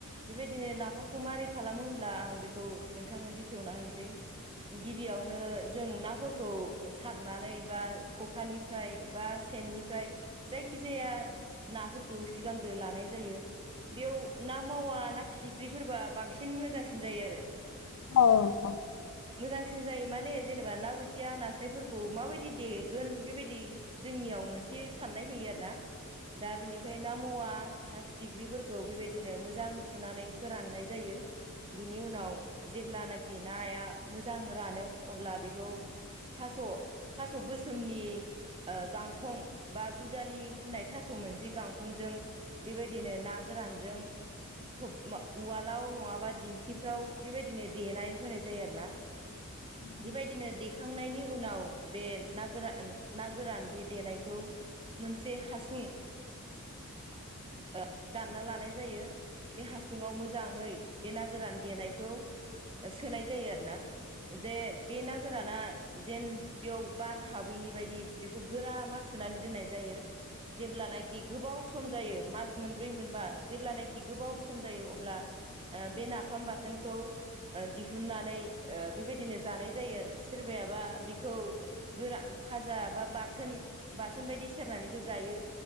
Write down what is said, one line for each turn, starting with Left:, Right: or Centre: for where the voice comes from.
Right: बेबायदिनो नाफामखौ मारै खालामो होनब्ला आं बेखौ नोंथांनो बेखेवना होनसै। गिबियावनो जों नाफोर खौ सारनानै बा खखानिफ्राय बा सेननिफ्राय। जायखिजाया नाफोरखौ सिगांग्रो लानाय जायो बेयाव ना ना मावा ना फिथिख्रिफोरबा बांसिन मोजांसिन जायो आरो।
Left: अ- अ।
Right: मोजांसिन जायो माने जेनेबा ना बोथिया नास्रायफोरखौ माबायदि देगोन बेबायदि जोंनियाव मोनसे साननाय फैयो आरोना दा बिनिखायनो ना मावा ना फि थिख्रिफोरखौ बेबायदिनो मोजां सुनानै फोराननाय जायो। बिनि उनाव जेब्लानाखि नाया मोजां रानो अब्ला बेखौ थास' थास' गोसोमनि ओ गांखं बा दुदालि होननाय थास' मोनसेै गांखंजों बेबायदि बिदिनो ना गोरानजों थ'ब उवालाव नङाबा दिंखिफ्राव बेबायदिनो देनाय होनाय जायो आरो ना।
Left: <inaudible> <unintelligible>
Right: बेबायदिनो देखांनायनि उनाव बे ना गोरान ना गोरान बे देनायखौ मोनसे हासुं ओ दानना लानाय जायो बे हासुङाव मोजाङै बे ना गोरान देनायखौ सोनाय जायो आरो ना। जे बे ना गोराना जेन बेयाव बार हाबैनि बायदि बेखौ गोरा माथुनानै दोननाय जायो। जेब्लानाखि गोबाव सम जायो मास मोनब्रै मोनबा जेब्लानाखि गोबाव सम जायो अब्ला ओ बे नाफाम बाथोनखौ ओ दिहुननानै ओ बेबायदिनो जानाय जायो आरो। सोरबायाबा बिखौ गोरा फाजा बा बाथोन-बाथोन बायदि सेरनानैबो जायो।